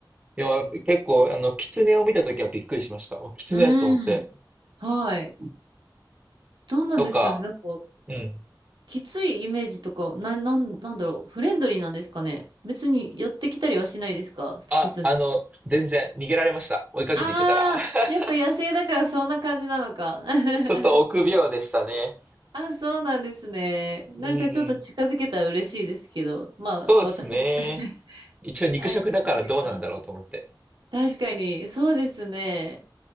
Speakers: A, on the right; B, on the right.
A: いや、結構、あの、狐を見たときはびっくりしました。お、狐と思って。
B: うん。はい。どうなんですかね。
A: とか、
B: なんか、
A: うん。
B: きついイメージとか、な、なん、なんだろう。フレンドリーなんですかね。別に寄ってきたりはしないですかきつい。
A: あ、あの、全然逃げられました。追いかけていってたら。
B: ああ、
A: <laughs>
B: やっぱ野生だからそんな感じなのか。<laughs>
A: ちょっと臆病でしたね。
B: あ、そうなんですね。なんかちょっと近づけたら嬉しいですけど、
A: うんうん。
B: まあ、
A: そうですね。
B: 私もね、<laughs>
A: 一応肉食だからどうなんだろうと思って。
B: 相手のあれが。確かに、そうですね。